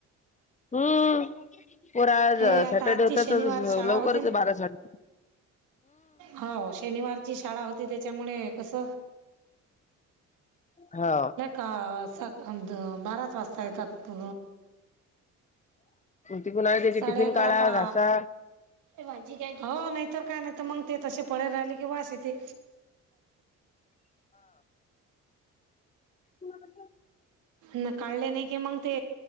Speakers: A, on the left (about 25°); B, on the right (about 85°).
A: हम्म. परा आज
B: हे आता
A: सॅटरडे
B: आजची
A: होता
B: शनिवार
A: तर
B: शाळा
A: लवकरच
B: होती ना
A: बारा सडे.
B: हो शनिवारची शाळा होती त्याच्यामुळे कस.
A: हा
B: का स अ बारत वाजता ऐतात तु.
A: तिकून आले त्याची
B: साडे
A: टिफिन
B: अकरा
A: काढा
B: पा.
A: घासा
B: हो नाहीतर काय नाही तर मग ते तसे पळ राहिले. बस इथे.
A: ह.
B: ना काढले नाही कि मग ते.